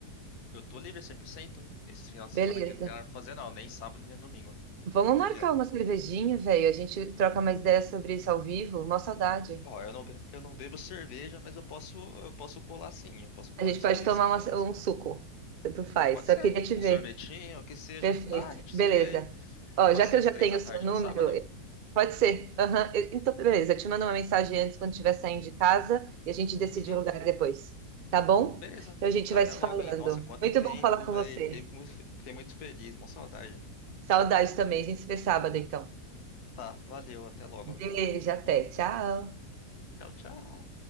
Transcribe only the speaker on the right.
Beleza.
Vamos marcar
uma cervejinha, velho. A gente troca mais ideias sobre isso ao vivo. Mó saudade.
A gente
pode
tomar
uma-
um suco. Tanto faz.
Só
queria te
ver.
Perfeito.
Beleza.
Ó,
já
que eu
já
tenho
o
seu número,
eu- pode ser. Aham. Eu- Então, beleza. Eu te mando uma mensagem antes quando estiver saindo de casa e a gente decide
o lugar depois. Tá bom?
Então a gente
vai
se
falando.
Muito
bom falar com
você.
Saudade também. A gente se vê sábado, então.
Beijo, até. Tchau.